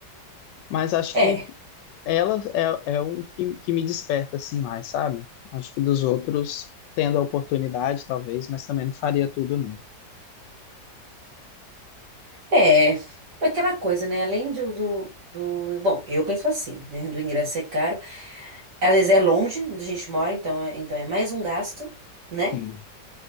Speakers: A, on the left; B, on the right.
A: Mas acho
B: É,
A: que ela é, é um que, que me desperta, assim, mais, sabe? Acho que dos outros, tendo a oportunidade, talvez, mas também não faria tudo, não.
B: é. Aquela coisa, né? Além do, do, do- Bom, eu penso assim, né? Do ingresso ser caro. Às vezes é longe onde a gente mora, então é, então é mais um gasto, né?
A: Sim,